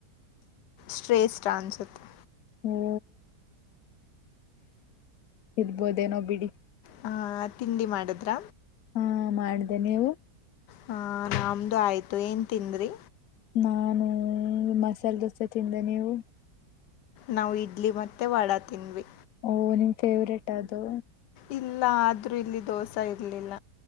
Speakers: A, on the left (about 80°); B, on the left (about 65°).
A: ಶ್ರೇಷ್ಠ ಅನ್ಸುತ್ತೆ
B: ಓ ಇರ್ಬೋದೇನೋ ಬಿಡಿ
A: ಹಾ ತಿಂಡಿ ಮಾಡಿದ್ರ
B: ಹೂಂ ಮಾಡ್ದೆೆ ನೀವು?
A: ಹಾ ನಮ್ದು ಆಯ್ತು ಏನ್ ತಿಂದ್ರಿ
B: ನಾನೂ ಮಸಾಲೆ ದೋಸೆ ತಿಂದೆ ನೀವು
A: ನಾವು ಇಡ್ಲಿ ಮತ್ತೆ ವಡಾ ತಿಂದ್ವಿ.
B: ಓ ನಿಮ್ ಫೇವ್ರೇಟಾ ಅದು?
A: ಇಲ್ಲ ಆದ್ರೂ ಇಲ್ಲಿ ದೋಸಾ ಇರ್ಲಿಲ್ಲ.